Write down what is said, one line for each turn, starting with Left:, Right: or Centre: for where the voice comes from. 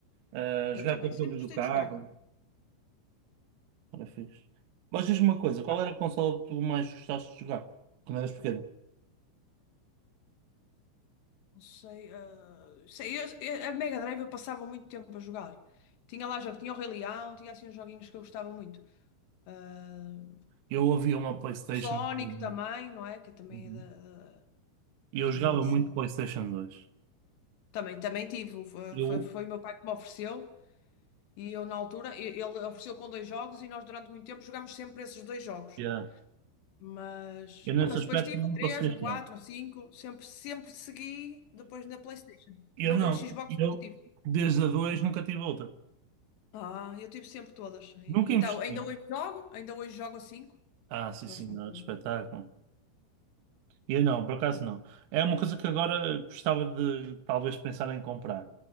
Right: Eh,
Left: eu
Right: jogar
Left: também
Right: aqueles
Left: sempre
Right: jogos
Left: gostei
Right: do carro,
Left: de jogar.
Right: era fixe. Mas diz-me uma coisa,
Left: Jogar.
Right: qual era a consola que tu mais gostaste de jogar quando eras pequeno?
Left: Não sei, eh, sei, eu- eu- a Mega Drive eu passava muito tempo a jogar. Tinha lá jogos, tinha o Rei Leão, tinha assim uns joguinhos que eu gostava muito. Ah,
Right: Eu havia uma PlayStation
Left: Sonic
Right: que-
Left: também, não é? Que também
Right: Uhum.
Left: é da, da-
Right: e
Left: isto
Right: eu jogava
Left: também é da série.
Right: muito PlayStation dois
Left: Também, também tive, o- foi,
Right: Eu,
Left: foi, foi o meu pai que me ofereceu e eu na altura, e- ele ofereceu com dois jogos e nós durante muito tempo jogámos sempre esses dois jogos.
Right: yeah.
Left: Mas,
Right: Eu nesse
Left: e- mas
Right: aspecto
Left: depois tive
Right: não
Left: a 3,
Right: posso gastar.
Left: a quatro a 5 sempre, sempre segui depois na PlayStation.
Right: Eu
Left: No,
Right: não.
Left: a Xbox
Right: Eu,
Left: nunca tive.
Right: desde a 2 nunca tive outra.
Left: Ah, eu tive sempre todas. Ainda,
Right: Nunca investi.
Left: ainda hoje jogo, ainda hoje jogo a cinco
Right: Ah, sim,
Left: Gosto
Right: senhor,
Left: muito.
Right: espetáculo. Eu não, por acaso não. É uma coisa que agora gostava de talvez pensar em comprar.